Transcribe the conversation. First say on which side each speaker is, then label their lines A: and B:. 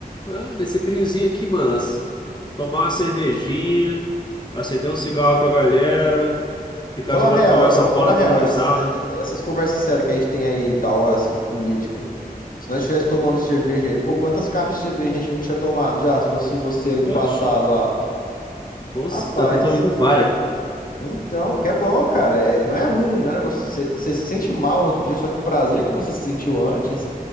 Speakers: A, on the left; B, on the left.
A: Ah, nesse friozinho aqui, mano. as- Tomar uma cervejinha, acender um cigarro com a galera, ficar
B: Fala
A: jogando
B: a real,
A: conversa
B: não,
A: fora,
B: fala a real.
A: dando risada.
B: Essas, essas conversas sérias que a gente tem aí da hora, assim, de política. Se nós estivesse tomando cerveja aí, pô, quantas caixas de cerveja a gente não tinha tomado já? Se fosse você ali
A: Poxa.
B: do passado lá.
A: Nossa,
B: Rapaz,
A: já tá indo várias.
B: então, porque é bom, cara. é- não é ruim, não é um negócio. Você você se sente mal no outro dia, só que o prazer que você se sentiu antes